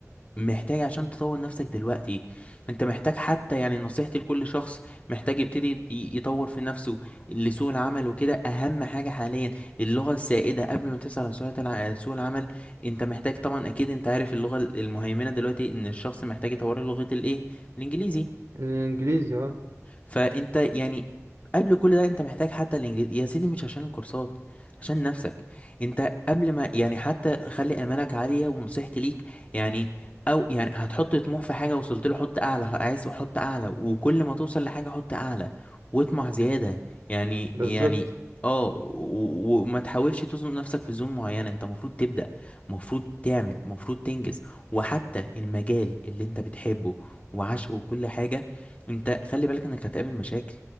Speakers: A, on the left (about 25°); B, on the right (about 70°).
A: محتاج عشان تطور نفسك دلوقتي انت محتاج حتى يعني نصيحتي لكل شخص محتاج يبتدي ي- يطور في نفسه لسوق العمل وكده اهم حاجة حاليا اللغة السائدة قبل ما تسعى على سوق الع- سوق العمل انت محتاج طبعا اكيد انت عارف اللغة المهيمنة دلوقتي ان الشخص محتاج يطور لغة الايه الانجليزي
B: الانجليزي اه
A: فانت يعني قبل كل ده انت محتاج حتى الانجليزي يا سيدي مش عشان الكورسات عشان نفسك انت قبل ما يعني حتى خلي امالك عالية ونصيحتي ليك يعني او يعني هتحط طموح في حاجة وصلت له حط اعلى عايز حط اعلى وكل ما توصل لحاجة حط اعلى واطمع زيادة يعني
B: بالظبط
A: يعني اه و- و- وما تحاولش تزنق نفسك في زون معينة انت المفروض تبدأ المفروض تعمل المفروض تنجز وحتى المجال اللي انت بتحبه وعشقه وكل حاجة انت خلي بالك انك هتقابل مشاكل